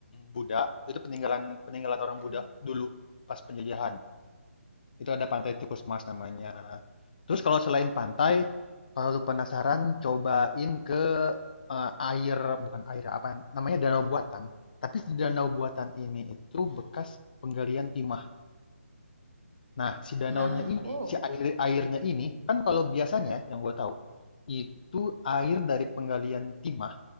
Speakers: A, on the left; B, on the right.
A: Buddha, itu peninggalan peninggalan orang
B: mm
A: Buddha dulu pas penjajahan. Itu ada Pantai Tikus Mas namanya. Terus kalau selain pantai, kalau lu penasaran cobain ke eh, air bukan air apa namanya danau buatan. Tapi si danau buatan ini itu bekas penggalian timah. Nah, si danaunya
B: Ah,
A: ini,
B: oh,
A: si air airnya ini kan kalau biasanya yang gue tahu itu air dari penggalian timah,